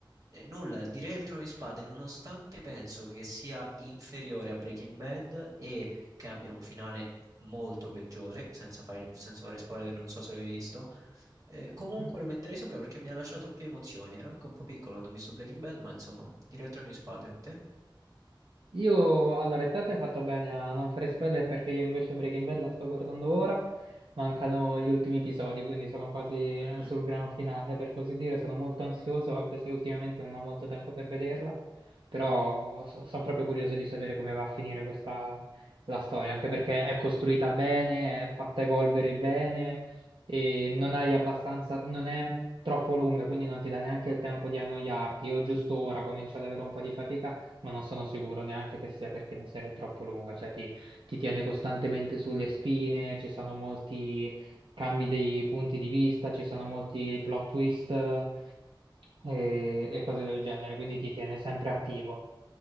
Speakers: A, on the right; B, on the right.
A: nulla, direi il Trono di Spade, nonostante penso che sia inferiore a Breaking Bad e che abbia un finale molto peggiore, senza fare, senza fare spoiler, non so se l'hai visto, eh, comunque
B: mm.
A: lo metterei sopra perché mi ha lasciato più emozioni. Ero anche un po' piccolo quando ho visto Breaking Bad, ma insomma, direi il Trono di Spade. Te?
B: Io, allora, te hai fatto bene a non fare spoiler perché io invece Breaking Bad la sto guardando ora, mancano gli ultimi episodi, quindi sono quasi eh,
A: Mhm,
B: sul gran finale, per così dire, sono molto ansioso, anche se ultimamente non ho molto tempo per vederla, però
A: mhm.
B: so- sono proprio curioso di sapere come va a finire questa, la storia, anche perché è costruita bene, è fatta evolvere bene e non hai abbastanza, non è troppo lunga, quindi non ti dà neanche il tempo di annoiarti. Io giusto ora comincio ad avere un po' di fatica ma non sono sicuro neanche che sia perché la serie è troppo lunga, cioè ti, ti tiene costantemente sulle spine, ci sono molti cambi dei punti di vista, ci sono molti plot twist eh, e, e cose del genere, quindi ti tiene sempre attivo.